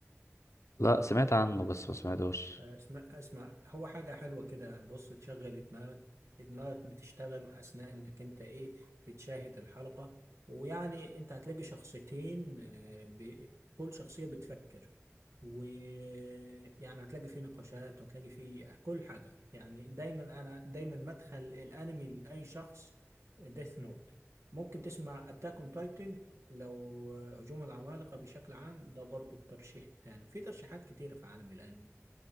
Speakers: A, on the left; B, on the right.
A: لا سمعت عنه بس ما سمعتوش
B: آه، اسمع اسمع هو حاجة حلوة كده بص تشغل دماغك دماغك بتشتغل أثناء إنك أنت إيه بتشاهد الحلقة ويعني أنت هتلاقي شخصيتين آه، ب- كل شخصية بتفكر ويعني هتلاقي فيه نقاشات وهتلاقي فيه كل حاجة يعني دايما أنا دايما مدخل الأنمي لأي شخص ديث نوت ممكن تسمع أتاك أون تايتن لو آه، هجوم العمالقة بشكل عام ده برضو الترشيح التاني في ترشيحات كتيرة في عالم الأنمي